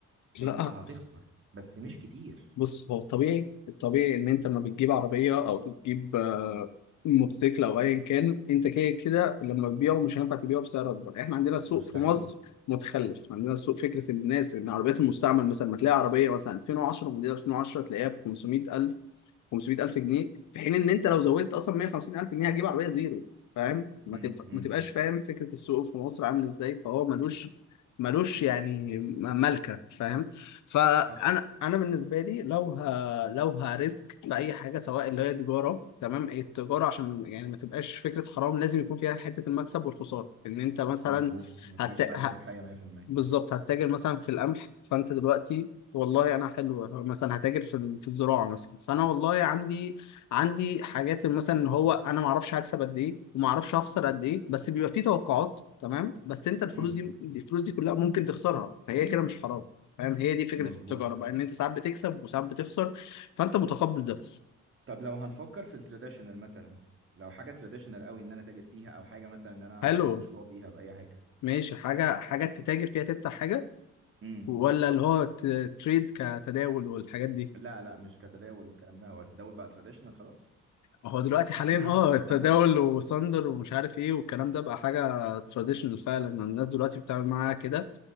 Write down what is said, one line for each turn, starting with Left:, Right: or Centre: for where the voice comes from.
Left: لا
Right: انت هتخسر بس مش كتير
Left: بص هو الطبيعي الطبيعي ان انت لما بتجيب عربيه او بتجيب آه، موتوسيكل او ايا كان انت كده كده لما تبيعه مش هينفع تبيعه بسعر اكبر احنا عندنا السوق
Right: مستحيل
Left: في مصر متخلف عندنا السوق فكره الناس ان عربيات المستعمل مثلا ما تلاقي عربيه مثلا 2010 موديل 2010 تلاقيها ب 500000 500000 جنيه في حين ان انت لو زودت اصلا 150000 جنيه هتجيب عربيه زيرو فاهم
Right: امم
Left: ما, تنف...
Right: امم
Left: ما تبقاش فاهم فكره السوق في مصر عامل ازاي فهو ملوش ملوش يعني م- ملكه فاهم فانا
Right: حصل
Left: انا بالنسبه لي لو ه... لو هريسك في اي حاجه سواء اللي هي تجاره تمام التجاره عشان يعني ما تبقاش فكره حرام لازم يكون فيها حته المكسب والخساره ان انت مثلا
Right: مظبوط مفيش
Left: هت...
Right: حاجة
Left: ه...
Right: ربحية 100%
Left: بالظبط هتتاجر مثلا في القمح فانت دلوقتي والله انا حلو مثلا هتاجر في ال- في الزراعه مثلا فانا والله عندي عندي حاجات مثلا ان هو انا ما اعرفش هكسب قد ايه وما اعرفش هخسر قد ايه بس بيبقى فيه توقعات تمام بس انت الفلوس
Right: امم
Left: دي الفلوس دي كلها ممكن تخسرها فهي كده مش حرام فاهم هي دي فكره
Right: مظبوط
Left: التجاره بقى ان انت ساعات بتكسب وساعات بتخسر فانت متقبل ده
Right: طب لو هنفكر في التراديشنال مثلا لو حاجة تراديشنال قوي ان انا تاجر فيها او حاجة مثلا ان انا
Left: حلو
Right: افتح مشروع بيها بأي حاجة
Left: ماشي حاجه حاجه تتاجر فيها تفتح حاجه
Right: امم
Left: ولا اللي هو ت- تريد كتداول والحاجات دي
Right: لا لا مش كتداول والكلام ده هو التداول بقى تراديشنال خلاص
Left: هو دلوقتي حاليا
Right: <laughs>
Left: اه التداول وساندر ومش عارف ايه والكلام ده بقى حاجه تراديشنال فعلا الناس دلوقتي بتتعامل معاها كده